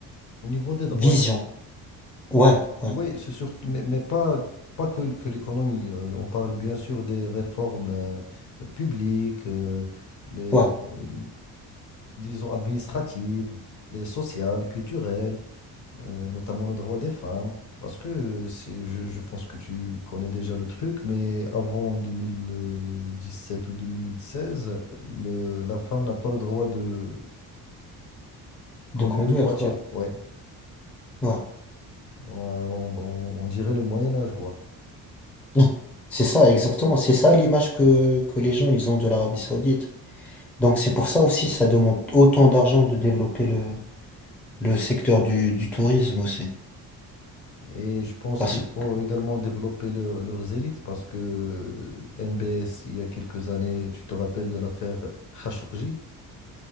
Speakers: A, on the left; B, in the centre.
A: au niveau des droits.
B: vision. Ouais, ouais,
A: oui, c'est sûr, mais, mais pas, pas que, l- que l'économie. Euh, On parle bien sûr des réformes euh, publiques, euh, les,
B: ouais.
A: euh, disons, administratives, les sociales, culturelles. euh, notamment le droit des femmes, parce que euh, c'est, je, je pense que tu connais déjà le truc, mais avant 2017 ou 2016, le, la femme n'a pas le droit de conduire
B: De conduire,
A: une voiture,
B: ouais,
A: ouais,
B: ouais. <laughs>
A: on, on- on dirait le Moyen Âge, quoi.
B: Mm. C'est ça, exactement. C'est ça l'image que, que les gens, ils ont de l'Arabie Saoudite. Donc, c'est pour ça aussi, ça demande autant d'argent de développer le, le secteur du, du tourisme aussi.
A: Et je pense
B: Parce
A: qu'il faut
B: que
A: également développer leur- leurs élites, parce que euh, MBS, il y a quelques années, tu te rappelles de l'affaire Khashoggi,